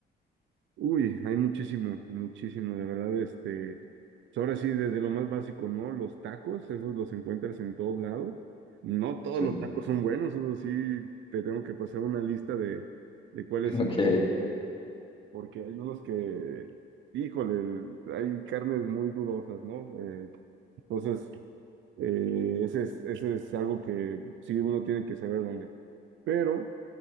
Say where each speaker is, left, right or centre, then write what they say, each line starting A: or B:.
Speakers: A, on the right (about 70°); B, on the left (about 25°).
A: uy, hay muchísimo, muchísimo, de verdad, este, pues ahora sí, desde lo más básico, ¿no? Los tacos, esos los encuentras en todos lados. No todos
B: Sí,
A: los
B: <laughs>
A: tacos son buenos, eso sí, te tengo que pasar una lista de, de cuáles
B: ok,
A: sí. porque hay unos que, híjole, hay carnes muy dudosas, ¿no? Eh, entonces, eh, ese es, ese es algo que sí uno tiene que saber dónde. Pero